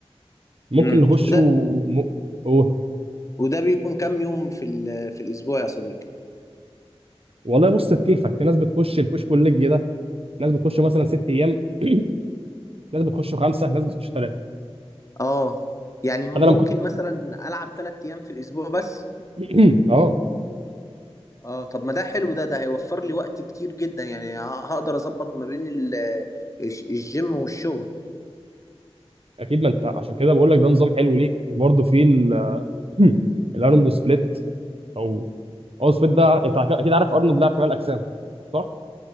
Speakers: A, on the right; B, on the left.
A: ممكن
B: امم
A: نخش
B: وده
A: و... م... و...
B: وده بيكون كام يوم في ال- في الاسبوع يا صديقي
A: والله بص بكيفك في ناس بتخش البوش بول ليج ده ناس بتخش مثلا ست ايام <clears throat> ناس بتخش خمسه ناس بتخش ثلاثه
B: اه يعني ممكن
A: انا لما كنت
B: مثلا العب ثلاث ايام في الاسبوع بس
A: <clears throat> اه
B: اه طب ما ده حلو ده ده هيوفر لي وقت كتير جدا يعني ه- هقدر اظبط ما بين ال- آه، الش- الجيم والشغل
A: اكيد ما انت عشان كده بقول لك ده نظام حلو ليك وبرده في ال... <clears throat> الارنولد سبليت او او سبليت ده انت اكيد عارف ارنولد لاعب كمال اجسام صح؟